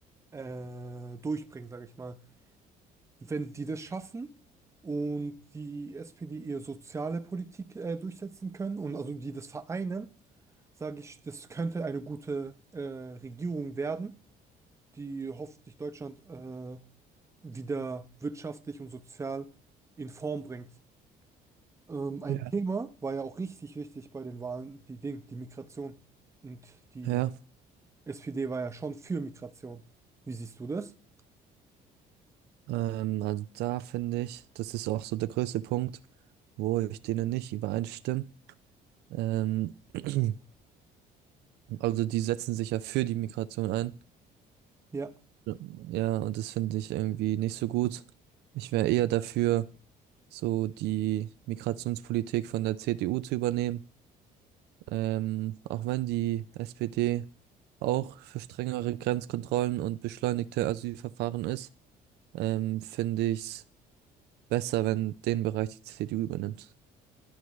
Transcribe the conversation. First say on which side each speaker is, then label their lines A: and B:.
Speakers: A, on the right; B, on the right.
A: äh, durchbringen, sage ich mal. wenn die das schaffen und die SPD ihre soziale Politik äh, durchsetzen können und also die das vereinen, sage ich, das könnte eine gute äh, Regierung werden, die hoffentlich Deutschland äh, wieder wirtschaftlich und sozial in Form bringt. Ähm, ein
B: Ja.
A: Thema war ja auch richtig wichtig bei den Wahlen, die Ding, die Migration. Und die
B: Ja.
A: SPD war ja schon für Migration. Wie siehst du das?
B: Ähm, also da finde ich, das ist auch so der größte Punkt, wo ich denen nicht übereinstimme. Ähm, <clears throat> also die setzen sich ja für die Migration ein.
A: Ja.
B: Ja, Ja, und das finde ich irgendwie nicht so gut. Ich wäre eher dafür, so die Migrationspolitik von der CDU zu übernehmen. Ähm, auch wenn die SPD auch für strengere Grenzkontrollen und beschleunigte Asylverfahren ist, ähm, finde ich es besser, wenn den Bereich die CDU übernimmt.